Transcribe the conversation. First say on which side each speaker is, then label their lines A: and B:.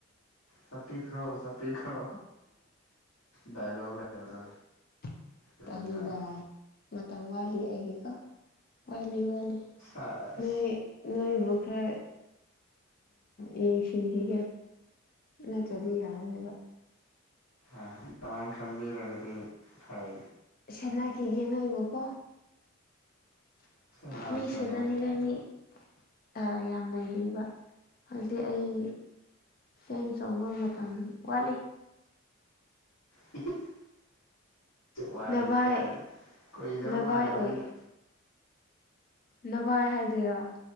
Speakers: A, on the left (about 70°); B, on the left (about 45°).
A: ꯆꯠꯄꯤꯈ꯭ꯔꯣ ꯆꯠꯄꯤꯈ꯭ꯔꯣ ꯗꯥꯏꯂꯣꯛ ꯂꯩꯕꯗꯣ
B: <unintelligible>
A: ꯐꯤꯂꯝꯗ
B: ꯇꯧꯅꯣꯗ ꯃꯇꯝ ꯋꯥꯠꯂꯤ ꯑꯩꯒꯤꯀꯣ ꯋꯥꯠꯂꯤ ꯋꯥꯠꯂꯤ
A: ꯁꯦꯁ
B: ꯅꯣꯏ ꯅꯣꯏ ꯕꯨ ꯈꯔ ꯌꯦꯡꯁꯤꯟꯕꯤꯒꯦ ꯅꯠꯇ꯭ꯔꯗꯤ ꯌꯥꯔ ꯔꯣꯏꯕ
A: ꯑꯗꯨꯃꯥꯏꯅ ꯈꯪꯕꯤꯔꯒꯗꯤ ꯐꯩ
B: ꯁꯦꯟꯅꯈꯤꯒꯦ ꯅꯣꯏꯕꯨꯀꯣ
A: ꯁꯦꯟꯅꯧ
B: ꯃꯤ
A: ꯁꯦꯟꯅꯧ
B: ꯁꯦꯅꯅꯤꯡꯉꯥꯢ ꯃꯤ ꯑ ꯌꯥꯝꯂꯩꯔꯤꯕ ꯍꯧꯖꯤꯛ ꯑꯩ ꯆꯦꯡ ꯆꯣꯡꯕ ꯃꯇꯝ ꯋꯥꯠꯂꯤ꯫
A: ꯍꯤ ꯍꯤ꯫ <inaudible> ꯋꯥꯠꯂꯤ
B: ꯅꯚꯥꯏ
A: ꯀꯥꯏꯅ ꯀꯣꯏꯗꯧ
B: ꯅꯚꯥꯏ
A: ꯃꯥꯟꯗ꯭ꯔꯦ
B: ꯑꯣꯏ
A: ꯅꯪ꯫
B: ꯅꯚꯥꯏ ꯍꯥꯏꯗꯣꯏꯔꯣ꯫